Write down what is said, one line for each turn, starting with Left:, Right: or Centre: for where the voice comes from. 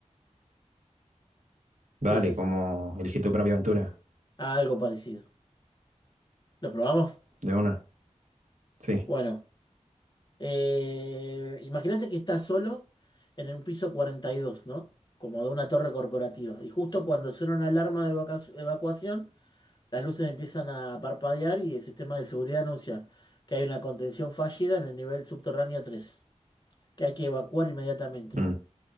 Right: Vale,
Left: ¿Qué decís?
Right: como elegí tu propia aventura.
Left: Ah, algo parecido. ¿Lo probamos?
Right: De una. Sí.
Left: Bueno. Eh, imagínate que estás solo en un piso 42, ¿no? Como de una torre corporativa. Y justo cuando suena una alarma de evacu- evacuación, las luces empiezan a parpadear y el sistema de seguridad anuncia que hay una contención fallida en el nivel subterráneo 3, que hay que evacuar inmediatamente.
Right: Mm,